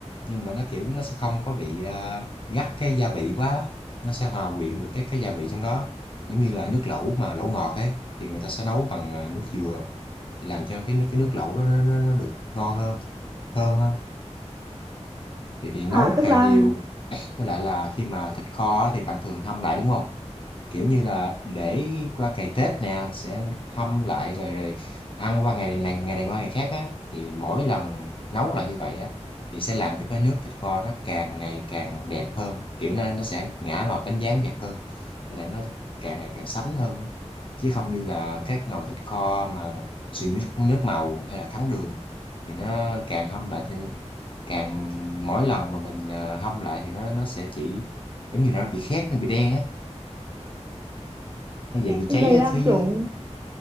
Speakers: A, on the left; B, on the right.
A: nhưng mà nó kiểu nó sẽ không có bị à, gắt cái gia vị quá nó sẽ hòa quyện được cái cái gia vị trong đó giống như là nước lẩu mà lẩu ngọt ấy thì người ta sẽ nấu bằng à, nước dừa để làm cho cái nước cái nước lẩu đó nó, nó, nó được ngon hơn thơm hơn thì thì nấu
B: à tức
A: càng
B: là
A: nhiều với lại là khi mà thịt kho thì bạn thường hâm lại đúng không kiểu như là để qua ngày Tết nè sẽ hâm lại rồi rồi ăn qua ngày này ngày này qua ngày khác á thì mỗi lần nấu lại như vậy á thì sẽ làm cho cái nước thịt kho nó càng ngày càng đẹp hơn kiểu nó nó sẽ ngả màu cánh gián đẹp hơn với lại nó càng ngày càng sánh hơn á. chứ không như là các nồi thịt kho mà sử dụng nước nước màu hay là thắng đường thì nó càng hâm lại thì càng mỗi lần mà mình ờ, hâm lại thì nó nó sẽ chỉ giống như nó bị khét nó bị đen á nó vậy bị
B: ý-
A: cháy
B: vậy
A: ở
B: là
A: phía dưới
B: kiểu